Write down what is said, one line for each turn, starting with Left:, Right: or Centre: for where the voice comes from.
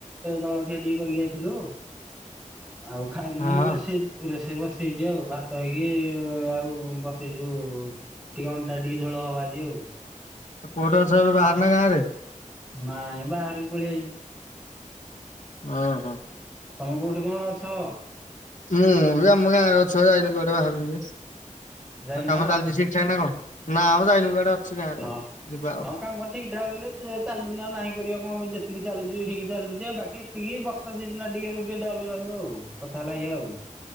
Centre: ଜଳଖିଆ ଟିକେ କରିକି ଯାଇଥିଲୁ। ଆଉ ଖାଇ ନୁହ
Left: ହଁ
Centre: ନା ରୋଷେଇ ରୋଷେଇ ବସେଇଛି ଆଉ ଭାତ ହେଇକି ଆଉ ବସେଇଛୁଉ ଟିକେ ଅଣ୍ଟା ରେ ଟିକେ ଝୋଳ ହବ ଆଜି ଆଉ।
Left: କୋଉଠି ଅଛ ଏବେ ବାହାର ନା ଗାଁରେ?
Centre: ନାଇଁ ବାହାରକୁ ପଳେଇ ଆାଇଚି।
Left: ହଁ ହଁ।
Centre: ତମ କୋଉଠି କଣ ଅଛ?
Left: ମୁଁ ବି ଆମ ଗାଁରେ ଅଛି ଯାଇନି କୁଆଡେ ବାହାରକୁ
Centre: ଯାଇନ?
Left: ଆଉ କାମ ଚାଲିଛି ସେ <unintelligible> ନା ମ ଯାଇନି କୁଆଡେ ଅଛି ଗାଁରେ
Centre: ହଁ
Left: ଯିବା ଆଉ।
Centre: ହଁ କାମ ଠିକ୍ ଠାକ ହେଲେ ଚାଲୁ ନି ଆଉ ନାହିଁ। କରିବା କଣ ଯେତିକି ଚାଲୁଛି ଠିକ ଚାଲୁଛି ଆଉ ବାକି ଏତିକି ବର୍ଷା ସିଜନ ଟିକେ ଟିକେ ଡଲ ରହିବ ଆଉ। କଥା ହେଲା ଏୟା ଆଉ।